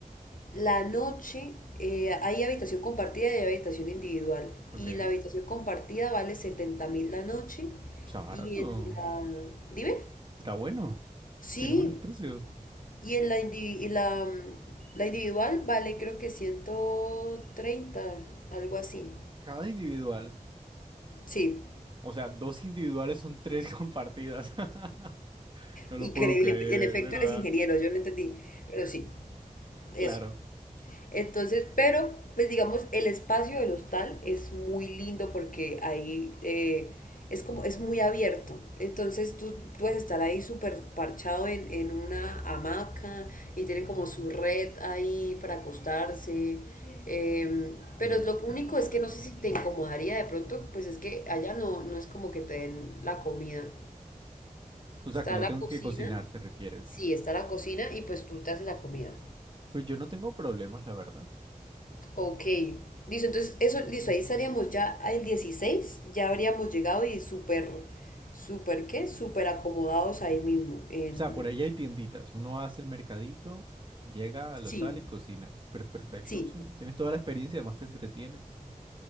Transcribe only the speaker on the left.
la noche eh, hay habitación compartida y hay habitación individual.
Y la habitación compartida vale setenta mil la noche.
Y en la... Dime.
Sí,
Y en la, indivi- y la, mm, la individual vale creo que ciento treinta algo así.
Sí,
Increíble,
en
efecto
eres ingeniero, yo no entendí, pero sí, eso.
Entonces, pero, pues digamos, el espacio del hostal es muy lindo porque ahí eh, es como, es muy abierto. Entonces tú puedes estar ahí súper parchado en, en una hamaca y tienen como su red ahí para acostarse. Eh,
pero
lo único es que no sé si te incomodaría de pronto, pues es que allá no, no es como que te den la comida.
Está
la
cocina,
sí, está la cocina y pues tú te haces la comida.
Ok, listo, entonces eso, listo, ahí estaríamos ya el 16, ya habríamos llegado y súper, súper, ¿qué? Súper acomodados ahí mismo, en...
Sí,
sí,